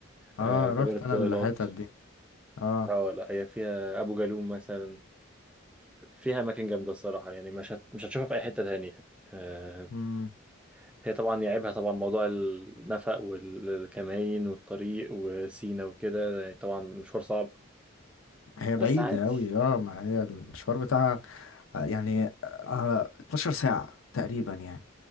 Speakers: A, on the left; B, in the centre.
A: اه
B: آه، جبل
A: رحت
B: الطويلات
A: انا الحتت دي اه
B: اه لا هي فيها أبو جالوم مثلا فيها أماكن جامدة الصراحة يعني مش هت... مش هتشوفها في أي حتة تانية يعني. آه،
A: امم
B: هي طبعا يعيبها طبعا موضوع النفق والكمائن والطريق وسينا وكده يعني طبعا مشوار صعب
A: هي
B: بس
A: بعيدة
B: عادي
A: اوي اه ما هي المشوار بتاعها آه، يعني آه 12 ساعة تقريبا يعني